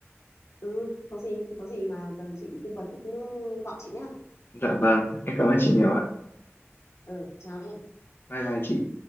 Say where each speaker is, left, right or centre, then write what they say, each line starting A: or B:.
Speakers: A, on the left; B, on the left.
A: ừ. không có gì thì có gì mà cần chị tư vấn thì cứ gọi chị nhá
B: Dạ vâng, em cảm ơn chị nhiều ạ.
A: ừ chào em
B: Bye bye chị.